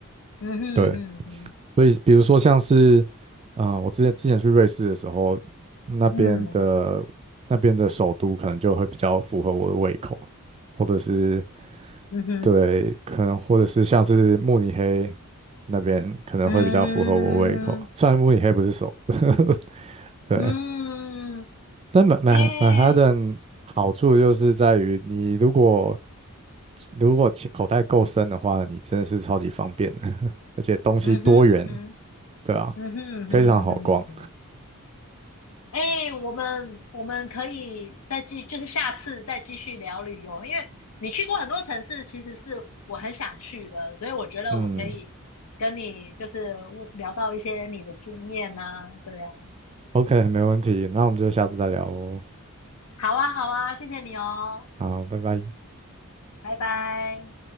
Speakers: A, on the left (about 80°); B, on the right (about 30°).
A: 嗯哼嗯哼
B: 对。所以比如说像是，呃，我之前之前去瑞士的时候，那边的那边的首都可能就会比较符合我的胃口，
A: 嗯
B: 或者是
A: 嗯哼
B: 对，可能或者是像是慕尼黑那边可能会比较符合我胃口。
A: 嗯
B: 虽然慕尼黑不是首，都，<laughs>
A: 嗯，
B: 对，但曼曼曼哈顿好处就是在于你如果
A: 哎，
B: 如果钱口袋够深的话，你真的是超级方便的，<laughs> 而且东西多元，
A: 嗯哼嗯哼
B: 对啊，
A: 嗯哼嗯哼嗯哼嗯哼。
B: 非常好逛，
A: 哎，我们我们可以再继，就是下次再继续聊旅游，因为你去过很多城市，其实是我很想去的，所以我觉得我可以跟你就是聊到一些你的经验呐、
B: 嗯。
A: 对啊，
B: OK，没问题，那我们就下次再聊哦。
A: 好啊，好啊，谢谢你哦，
B: 好，拜拜。
A: 拜拜。